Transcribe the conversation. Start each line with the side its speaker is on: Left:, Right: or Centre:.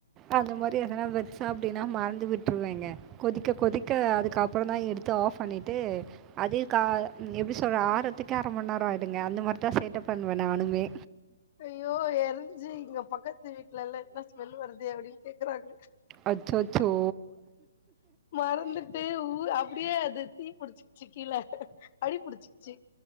Right: அந்த மாரி எதனா வச்சா அப்டின்னா மறந்து விட்டுருவேங்க கொதிக்க கொதிக்க அதுக்கப்பறந்தா எடுத்து ஆப் பண்ணிட்டு அதையு க எப்டி சொல்ற ஆறத்துக்ககே அர மண்நேரம் ஆயிடுங்க அந்த மாரிதா சேட்ட பண்ணுவ நானுமே
Left: ஐயோ எரிஞ்சு இங்க பக்கத்து வீட்டுல எல்லா என்ன ஸ்மெல் வருதே அப்டின்னு கேக்குறாங்க
Right: அச்சச்சோ
Left: மறந்துட்டு ஊ அப்டியே அது தீ புடிச்சிக்கிச்சு கீழ அடிபுடிச்சிக்கிச்சு